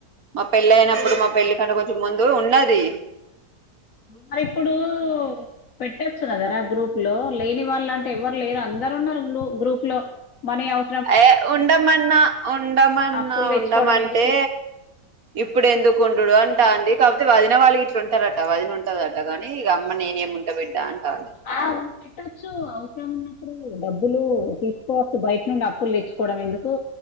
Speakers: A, on the right (about 60°); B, on the left (about 55°).
A: మా పెళ్ళ అయినప్పుడు
B: అవును
A: మా పెళ్లి కంటే కొంచెం ముందు ఉన్నాది
B: మరి ఇప్పుడూ పెట్టొచ్చు గదరా గ్రూప్ లో లేని వాళ్ళు అంటే ఎవరు లేరు అందరు ఉన్నారు గ్రూ గ్రూప్ లో మనీ అవ్
A: ఏ ఉండమన్నా ఉండమన్నా
B: అప్పులు తెచ్చుకోవడం
A: ఉండమంటే
B: ఎందుకు
A: ఇప్పుడు ఎందుకు ఉండుడు అంటా అంది కాకపోతే వదిన వాళ్ళు గిట్లా ఉంటరట వదిన ఉంటదట కానీ ఇక అమ్మ నేనేమి ఉంటా బి టాంటాంది
B: ఆ ఉం- పెట్టొచ్చు అవసరం ఉన్నప్పుడు డబ్బులు తీసుకోవచ్చు బయట నుండి అప్పులు తెచ్చుకోవడం ఎందుకు